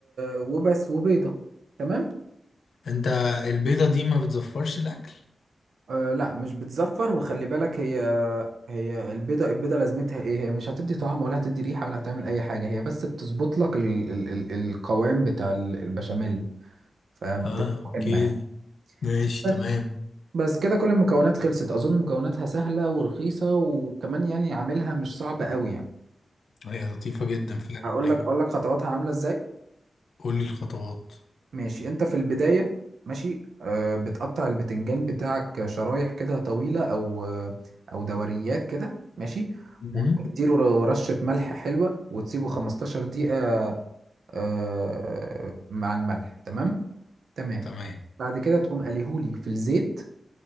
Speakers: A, on the right; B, on the left.
A: وبس وبيضه تمام
B: انت البيضة دي ما بتزفرش الاكل
A: أه لا مش بتزفر وخلي بالك هي هي البيضة البيضة لازمتها ايه هي مش هتدي طعم ولا هتدي ريحة ولا هتعمل اي حاجة هي بس بتظبط لك ال... ال... ال... القوام بتاع ال- البشاميل فبتبقى
B: اه اوكي
A: مهمة يعني
B: ماشي
A: بس
B: تمام
A: بس كده كل المكونات خلصت اظن مكوناتها سهلة ورخيصة وكمان يعني عاملها مش صعب قوي يعني
B: هي لطيفة جدا فعلا
A: هقول
B: ايوه
A: لك اقول لك خطواتها عاملة ازاي
B: قول لي الخطوات
A: ماشي انت في البداية ماشي آه بتقطع البتنجان بتاعك شرايح كده طويلة او آه او دوريات كده ماشي
B: امم
A: وتديله رشة ملح حلوة وتسيبه 15 دقيقة آه مع الملح تمام تمام
B: تمام
A: بعد كده تقوم قليهولي في الزيت